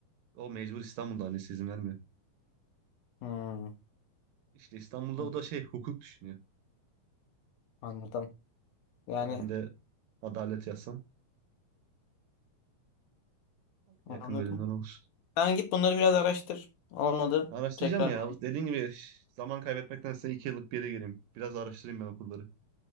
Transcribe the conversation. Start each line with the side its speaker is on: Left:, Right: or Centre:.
Right: O mecbur İstanbul'da annesi izin vermiyor.
Left: Hmm,
Right: İşte İstanbul'da
Left: an-
Right: o da şey hukuk düşünüyor.
Left: anladım. Yani
Right: İşte ben de adalet yazsam yakın
Left: anladım.
Right: bölümler olur.
Left: Sen git bunları biraz araştır. Olmadı.
Right: Araştıracağım
Left: Tekrar.
Right: ya. Dediğin gibi zaman kaybetmektense iki yıllık bir yere gireyim. Biraz araştırayım ben okulları.